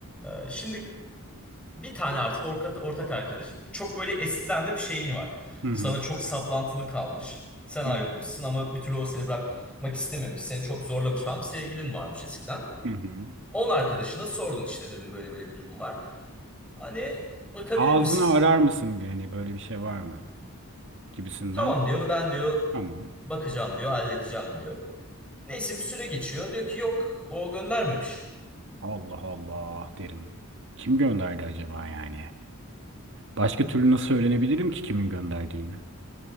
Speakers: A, in the centre; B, on the right.
A: Ee, şimdi bir tane artık orka- ortak arkadaş. Çok böyle eskiden de bir şeyin var.
B: Hı hı.
A: Sana çok saplantılı kalmış. Sen ayrılmışsın
B: Hı
A: ama bir türlü o seni bırakmak istememiş. Seni çok zorlamış falan bir sevgilin varmış eskiden.
B: hı. hı.
A: Onun arkadaşına sordun işte dedim böyle böyle bir durum var. Hani bakabilir
B: Ağzını
A: misin?
B: arar mısın bir hani böyle bir şey var mı gibisinden.
A: Tamam diyor ben diyor
B: Tamam.
A: bakacağım diyor halledeceğim diyor. Neyse bir süre geçiyor. Diyor ki yok o göndermemiş.
B: Allah Allah derim. Kim gönderdi acaba yani? Başka türlü nasıl öğrenebilirim ki kimin gönderdiğini?